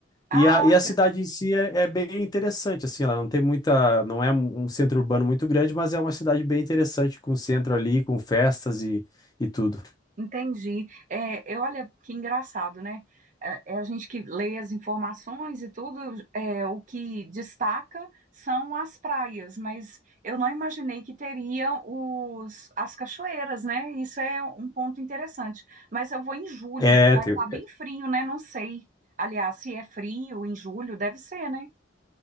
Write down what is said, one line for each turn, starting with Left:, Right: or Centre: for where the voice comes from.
Right: Ah,
Left: E a,
Right: olha,
Left: e a cidade em si é, é bem interessante, assim, ela não tem muita, não é um um centro urbano muito grande, mas é uma cidade bem interessante, com centro ali, com festas e, e tudo.
Right: entendi. É, eu, olha que engraçado, né? É, é a gente que lê as informações e tudo, é, o que destaca são as praias, mas eu não imaginei que teria os, as cachoeiras, né? Isso é um ponto interessante. Mas eu vou em julho,
Left: É,
Right: vai
Left: tem,
Right: estar bem frio, né? Não sei. Aliás, se é frio em julho, deve ser, né?